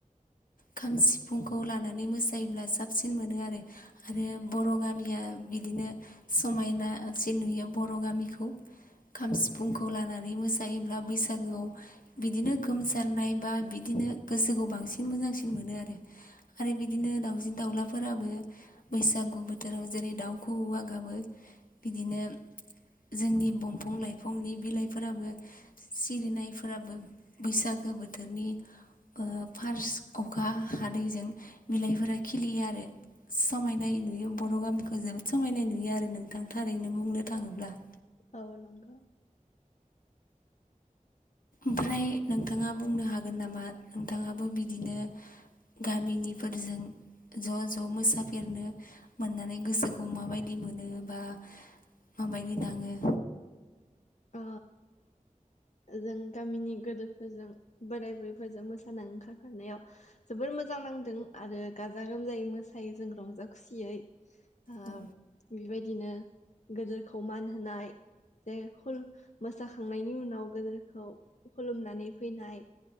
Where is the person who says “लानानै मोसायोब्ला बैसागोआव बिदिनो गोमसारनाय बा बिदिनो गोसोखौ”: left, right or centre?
Left